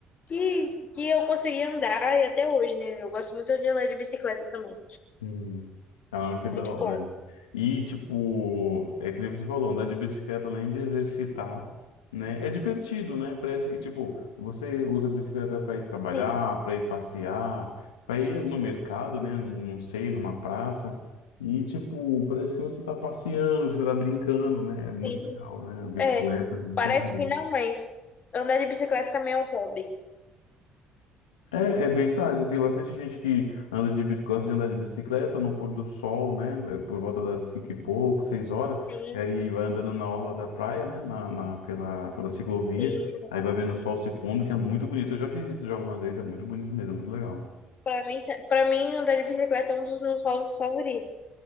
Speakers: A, on the left; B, on the left.
A: que, que eu consegui andar e até hoje, né? Eu gosto muito de andar de bicicleta também.
B: Uhum. Caramba, que
A: Muito
B: da hora.
A: bom.
B: E, tipo, é que nem você falou, andar de bicicleta, além de exercitar, né? É divertido, né? Parece que, tipo, você usa a bicicleta para ir trabalhar,
A: Sim,
B: para ir passear, para ir no mercado, né? Não, não sei, numa praça. E, tipo, parece que você tá passeando, que você tá brincando, né? É muito
A: sim.
B: legal, né? A bicicleta,
A: É,
B: é muito
A: parece
B: legal.
A: que não, mas andar de bicicleta também é um hobby.
B: É, é verdade, tem bastante gente que anda de bicicleta, gosta de andar de bicicleta no pôr do sol, né? é, Por volta das cinco e pouco, seis horas,
A: Sim,
B: e aí vai andando na orla da praia, né? Na, na- pela, pela ciclovia,
A: sim.
B: aí vai vendo o sol se pondo, que é muito bonito. Eu já fiz isso já algumas vezes, é muito bonito mesmo, é muito legal.
A: Pra mim, ta- pra mim, andar de bicicleta é um dos meus hobbies favoritos.